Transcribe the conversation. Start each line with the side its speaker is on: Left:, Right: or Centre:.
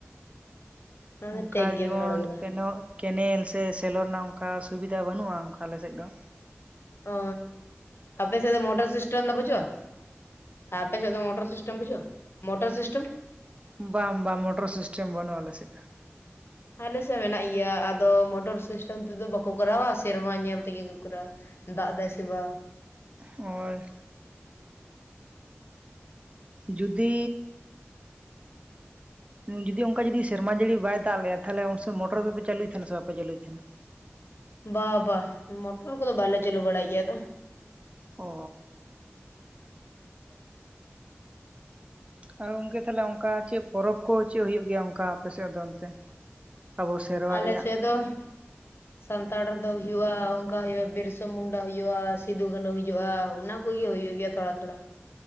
Left: ᱚᱱᱟ
Right: ᱚᱱᱠᱟ
Left: ᱫᱚ ᱴᱷᱤᱠ ᱜᱮᱢ
Right: ᱡᱮᱢᱚᱱ
Left: ᱨᱚᱲ ᱠᱟᱫᱟ
Right: ᱛᱮᱱᱚᱜ ᱠᱮᱱᱮᱞ ᱥᱮ ᱥᱮᱞᱚ ᱨᱮᱱᱟᱜ ᱚᱱᱠᱟ ᱥᱩᱵᱤᱫᱷᱟ ᱵᱟᱹᱱᱩᱜᱼᱟ ᱚᱱᱠᱟ ᱟᱞᱮᱥᱮᱫ ᱫᱚ
Left: ᱚ ᱟᱯᱮ ᱥᱮᱫ ᱫᱚ ᱢᱚᱴᱚᱨ ᱥᱤᱥᱴᱮᱢ ᱫᱚ ᱵᱟᱹᱪᱩᱜᱼᱟ ᱟᱨ ᱟᱯᱮ ᱥᱮᱫ ᱫᱚ ᱢᱚᱴᱚᱨ ᱥᱤᱥᱴᱮᱢ ᱵᱩᱡᱷᱟᱹᱼᱟ ᱢᱚᱴᱚᱨ ᱥᱤᱥᱴᱮᱢ
Right: ᱵᱟᱝ ᱵᱟᱝ ᱢᱳᱴᱚᱨ ᱥᱤᱥᱴᱮᱢ ᱵᱟᱹᱱᱩᱜ -ᱟ ᱟᱞᱮ ᱥᱮ ᱫᱚ
Left: ᱟᱞᱮ ᱥᱮᱫ ᱢᱮᱱᱟᱜ ᱜᱮᱭᱟ ᱟᱫᱚ ᱢᱚᱴᱚᱨ ᱥᱤᱥᱴᱮᱢ ᱛᱮᱫᱚ ᱵᱟᱠᱚ ᱠᱚᱨᱟᱣᱟ ᱥᱮᱨᱢᱟ ᱧᱮᱞ ᱛᱮᱜᱮ ᱠᱚ ᱠᱚᱨᱟᱣᱟ ᱫᱟᱜ ᱮ ᱫᱟᱭ ᱥᱮ ᱵᱟᱝ
Right: ᱦᱳᱭ ᱡᱩᱫᱤ ᱡᱩᱫᱤ ᱚᱱᱠᱟ ᱡᱚᱫᱫ ᱥᱮᱨᱢᱟ ᱡᱟᱹᱲᱤ ᱵᱟᱭ ᱫᱟᱜ ᱞᱮᱭᱟ ᱛᱟᱦᱮᱞᱮ ᱩᱱᱥᱚᱭ ᱢᱚᱴᱚᱨ ᱫᱚᱯᱮ ᱪᱟᱹᱞᱩᱭ ᱛᱟᱦᱮᱦᱱᱟ ᱥᱮ ᱵᱟᱯᱮ ᱪᱟᱹᱞᱩᱭ ᱛᱟᱦᱮᱸᱦᱱᱟ <inaudible>
Left: ᱵᱟ ᱵᱟ ᱢᱴᱚᱨ ᱠᱚᱫᱚ ᱵᱟᱞᱮ ᱪᱟᱞᱩ ᱵᱟᱲᱟᱭ ᱜᱮᱭᱟᱢᱭ ᱛᱚ
Right: ᱚ
Left: <inaudible>
Right: ᱟᱨ ᱜᱚᱢᱠᱮ ᱛᱟᱦᱞᱮ ᱚᱱᱠᱟ ᱪᱮᱫ ᱯᱚᱨᱚᱵᱽ ᱠᱚ ᱪᱮᱫ ᱦᱩᱭᱩᱜ ᱜᱮᱭᱟ ᱚᱱᱠᱟ ᱟᱯᱮ ᱥᱮᱫ ᱫᱚ ᱚᱱᱛᱮ ᱟᱵᱚ ᱥᱮᱨᱣᱟ
Left: ᱟᱞᱮ
Right: ᱨᱮᱭᱟᱜ
Left: ᱥᱮᱫ ᱫᱚ ᱥᱟᱱᱛᱟᱲ ᱫᱚ ᱦᱩᱭᱩᱜᱼᱟ ᱚᱱᱠᱟ ᱦᱩᱭᱩᱜᱼᱟ ᱵᱤᱨᱥᱟ ᱢᱩᱱᱰᱟ ᱦᱩᱭᱩᱜᱼᱟ ᱥᱤᱫᱩ ᱠᱟᱹᱟᱹᱱᱦᱩ ᱦᱩᱭᱩᱜᱼᱟ ᱚᱱᱟ ᱠᱚᱜᱮ ᱦᱩᱭᱩᱜ ᱜᱮᱭᱟ ᱛᱷᱚᱲᱟ ᱛᱷᱚᱲᱟ